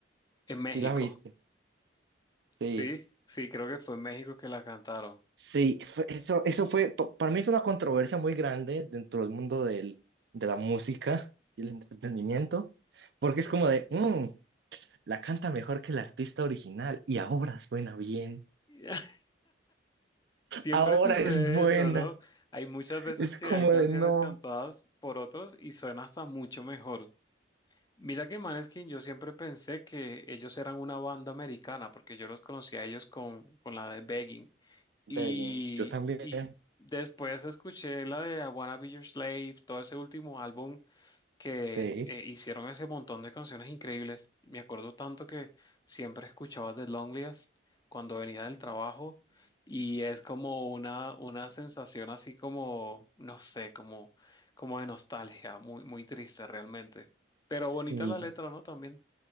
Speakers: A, on the left (about 20°); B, on the right (about 65°).
A: en México.
B: Sí, la viste. Sí,
A: Sí, sí, creo que fue en México que la cantaron.
B: sí, fue- eso, eso fue, pa- para mí es una controversia muy grande dentro del mundo del, de la música y el entretenimiento, porque es como de, "Mm, la canta mejor que el artista original y ahora suena bien,
A: <laughs> Siempre
B: ahora
A: sucede
B: es buena.
A: eso, ¿no? Hay muchas veces
B: Es
A: que
B: como
A: hay canciones
B: de no.
A: cantadas por otros y suena hasta mucho mejor. Mira que Maneskin, yo siempre pensé que ellos eran una banda americana, porque yo los conocí a ellos con, con la de Begging. Y,
B: Ve yo también.
A: y después escuché la de I Wanna Be Your Slave, todo ese último álbum que
B: Sí.
A: eh, hicieron ese montón de canciones increíbles. Me acuerdo tanto que siempre escuchaba The Loneliest cuando venía del trabajo y es como una, una sensación así como, no sé, como, como de nostalgia, muy, muy triste realmente. Pero bonita
B: Sí.
A: la letra, ¿no? También.